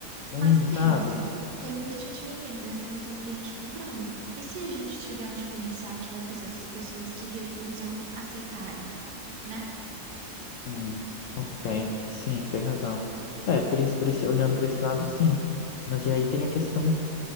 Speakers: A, on the left; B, on the right.
A: mundo,
B: Mas pensa,
A: sabe?
B: tem muita gente vendendo, mas também tem muita gente comprando. E se a gente tiver um diferencial que vai fazer essas pessoas que recusam aceitarem, né?
A: Hum, ok, sim, tem razão. É, por isso, por esse, olhando por esse lado, sim. Mas e aí tem a questão